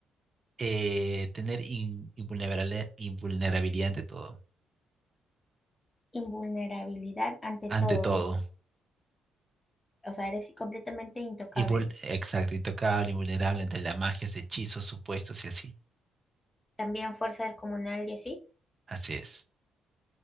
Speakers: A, on the right (about 30°); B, on the left (about 15°).
A: eh, tener in- invulnerable- invulnerabilidad ante todo.
B: Invulnerabilidad ante
A: Ante
B: todo.
A: todo.
B: O sea, eres completamente intocable.
A: Invul- exacto, intocable, invulnerable ante las magias, hechizos, supuestos y así.
B: También fuerza descomunal y así.
A: Así es,